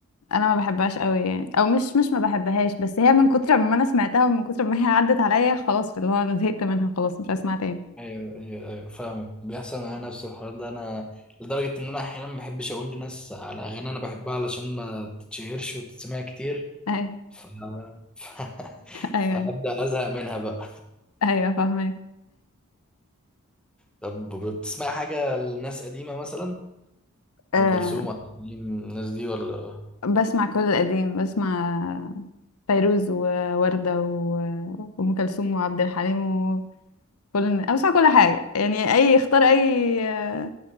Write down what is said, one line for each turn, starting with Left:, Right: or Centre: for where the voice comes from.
Left: انا ما بحبهاش قوي يعني او مش مش ما بحبهاش بس هي من كتر ما انا سمعتها ومن كتر ما هي عدت عليا خلاص في اللي هو انا زهقت منها خلاص مش هسمعها تاني
Centre: ايوه ايوه فاهمك بيحصل معايا نفس الحوار ده انا لدرجه ان انا احيانا ما بحبش اقول لناس على اغاني انا بحبها علشان ما تتشهرش وتتسمع كتير
Left: ايوه
Centre: ف... ف... <laughs>
Left: ايوه
Centre: فابدا ازهق منها بقى
Left: ايوه فاهمك
Centre: طب بتسمع حاجه لناس قديمه مثلا
Left: أه
Centre: ام كلثوم عبد الحليم الناس دي ولا
Left: بسمع كل القديم بسمع فيروز ووردة و- وأم كلثوم وعبد الحليم وكل الن- أنا بسمع كل حاجة يعني أي اختار أي آه،